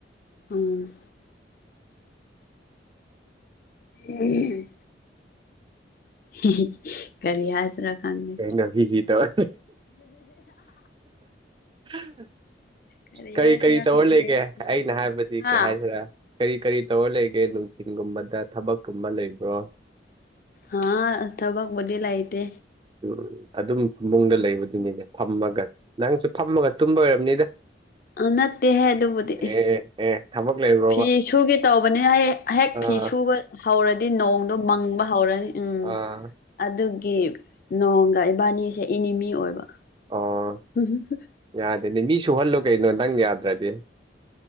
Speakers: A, on the left; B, on the right.
A: ꯎꯝ <unintelligible> ꯍꯤꯍꯤ ꯀꯔꯤ ꯍꯥꯏꯁꯤꯔꯥ꫰ ꯈꯪꯗꯦ
B: ꯀꯩꯅꯖꯤꯖꯤ ꯇꯧꯔꯥ <inaudible>
A: ꯀꯔꯤ
B: ꯀꯏ
A: ꯍꯥꯏꯁꯤꯔꯥ
B: ꯀꯏ ꯇꯧꯔ
A: ꯈꯪꯗꯦ
B: ꯂꯩꯒꯦ
A: ꯅꯣꯛꯅꯤꯡꯉꯦ
B: ꯑꯩꯅ ꯍꯥꯏꯕꯗꯤ
A: ꯍꯥ
B: ꯀꯩ ꯍꯥꯏꯁꯤꯔ꫰ ꯀꯏ ꯀꯏ ꯇꯧꯔ ꯂꯩꯒꯦ ꯅꯨꯡꯊꯤꯟꯒꯨꯝꯕꯗ ꯊꯕꯛꯀꯨꯝꯕ ꯂꯩꯕ꯭ꯔꯣ꯫
A: ꯍꯥꯥꯑ ꯊꯕꯛ ꯕꯨꯗꯤ ꯂꯥꯏꯇꯦ꯫
B: ꯎꯝ ꯑꯗꯨꯝ ꯐꯃꯨꯡꯗ ꯂꯩꯕꯗꯨꯅꯤꯗ ꯐꯝꯃꯒ ꯅꯪꯁꯨ ꯐꯝꯃꯒ ꯇꯨꯝꯕꯒ ꯑꯣꯏꯔꯝꯅꯤꯗ꯫
A: ꯑꯥ ꯅꯠꯇꯦꯍꯦ ꯑꯗꯨꯕꯨꯗꯤ꯫
B: ꯑꯦ ꯑꯦ ꯊꯕꯛ ꯂꯩꯕ꯭ꯔꯣ꯫
A: ꯐꯤ ꯁꯨꯒꯦ ꯇꯧꯕꯅꯤ ꯍꯩ ꯍꯦꯛ
B: ꯑꯥ
A: ꯐꯤ ꯁꯨꯕ ꯍꯧꯔꯗꯤ ꯅꯣꯡꯗꯣ ꯃꯪꯕ ꯍꯧꯔꯅꯤ ꯎꯝ꯫
B: ꯑꯍꯥ꯫
A: ꯑꯗꯨꯒꯤ ꯅꯣꯡꯒ ꯏꯕꯥꯅꯤꯁꯦ ꯏꯅꯤꯃꯤ ꯑꯣꯏꯕ
B: ꯑꯣ
A: ꯍꯨ ꯍꯨ ꯍꯨꯝ꯫
B: ꯌꯥꯗꯦꯅꯦ ꯃꯤ ꯁꯨꯍꯜꯂꯨ ꯀꯩꯅꯣ ꯅꯪ ꯌꯥꯗ꯭ꯔꯗꯤ꯫